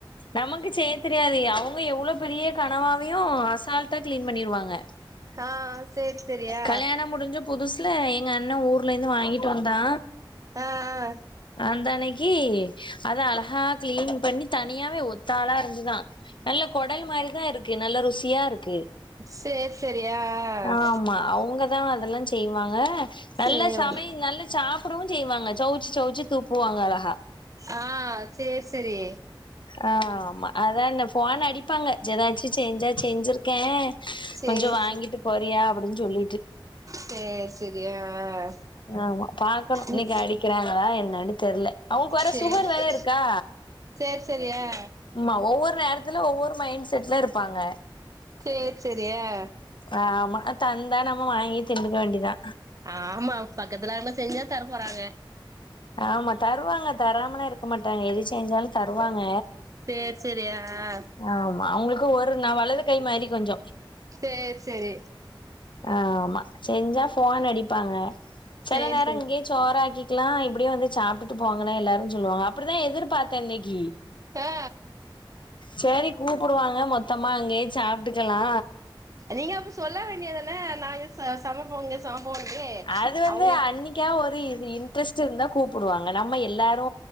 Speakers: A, on the left (about 65°); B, on the right (about 40°).
A: நமக்கு செய்ய தெரியாது யா அவுங் க எவ்ளோ பெரிய கனவாவையு அசால்டா கிளீன் பண்ணிருவாங்க
B: ஆ செரி செரியா
A: கல்யாணம் முடிஞ்ச புதுசுல எங்க அண்ண ஊர்லந்து வாங்கிட்டு வந்தா
B: ஆ ஆ
A: அந்த அன்னைக்கு அத அழகா கிளீன் பண்ணி தனியாவே ஒத்தாளா இருந்து நல்ல கொடல் மாரிதா இருக்கு நல்ல ருசியா இருக்கு
B: செரி செரி ஆ ஆ
A: ஆமா அவங்கதா அதெல்லா செய்வாங்க நல்லா
B: சேவ்
A: சமைய நல்ல சாப்பிடவு செய்வாங்க சோச்சு தூப்புவாங்க அழகா
B: ஆ செரி சரி
A: ஆ ஆமா அதான போனு அடிப்பாங்க ஏதாச்சு செஞ்சா செஞ்சிருக்கே
B: சேர்
A: கொஞ்ச வாங்கிட்டு போறியா அப்டின்னு சொல்லிட்டு
B: செரி செரி ஆ ஆ
A: ஆமா பாக்கணு இன்னைக்கு
B: ம்
A: அடிக்கிறாங்களா என்னன்னனு தெரில அவங்க வேற
B: சேர்
A: சுகர் வேற இருக்கா
B: சேர் செரி ஆ
A: ஆமா ஒவ்வொரு நேரத்துல ஒவ்வொரு மைண்ட் செட்ல இருப்பாங்க
B: செரி செரி ஆ
A: ஆ ஆமா தந்தா நம்ம வாங்கி திண்டுக்க வேண்டியதா
B: ஆமா பக்கத்துலயார்னா செஞ்சா தர போறாங்க
A: ஆமா தருவாங்க தராமல இருக்க இருக்க மாட்டாங்க எது செஞ்சாலு தருவாங்க
B: சேர் செரி ஆ ஆ
A: ஆமா அவங்களுக்கு ஒரு ந வலது கை மாதிரி கொஞ்ச
B: செரி சரி
A: ஆ ஆமா செஞ்சா போன் அடிப்பாங்க சில
B: சேர்
A: நேர
B: செரி
A: இங்கேயே சோறக்கி லாம் இப்படியே வந்து சாப்பிட்டு போங்கன்னா எல்லாரு சொல்லுவாங்க அப்படிதா எதிர்பாத்தேன்னைக்கு
B: ஆ
A: சரி கூப்பிடுவாங்க மொத்தமா அங்கயே சாப்பிட்டுக்கலா
B: நீங்க அப்ப சொல்ல வேண்டியதன நாங்க சமைப்போங்க சமைப்போன்ட்டு
A: அது வந்து
B: அவுங்க
A: அன்னைக்கா ஒரு இன்ட்ரெஸ் இருந்தா கூப்பிடுவாங்க நம்ம எல்லாரு